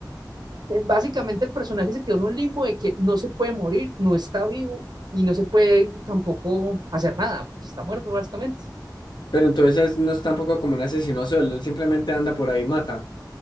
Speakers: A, on the right; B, on the left.
A: Eh, Básicamente el personaje se quedó en un limbo de que no se puede morir, no está vivo y no se puede tampoco hacer nada, pues está muerto básicamente.
B: Pero entonces no es tampoco como un asesino sueldo, él simplemente anda por ahí y mata.